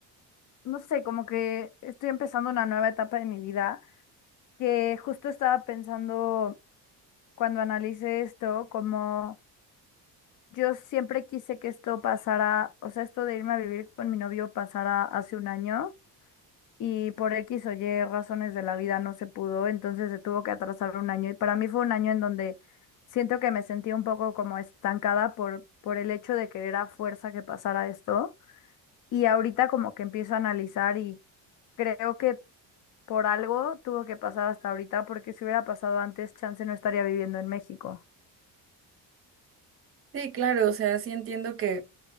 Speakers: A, on the left (about 55°); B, on the right (about 35°).
A: no sé, como que estoy empezando una nueva etapa de mi vida, que justo estaba pensando cuando analice esto, como... Yo siempre quise que esto pasara, o sea, esto de irme a vivir con mi novio pasara hace un año y por X o Y razones de la vida no se pudo, entonces se tuvo que atrasar un año y para mí fue un año en donde siento que me sentí un poco como estancada por, por el hecho de querer a fuerza que pasara esto y ahorita como que empiezo a analizar y creo que por algo tuvo que pasar hasta ahorita porque si hubiera pasado antes, chance no estaría viviendo en México.
B: Sí, claro, o sea, sí entiendo que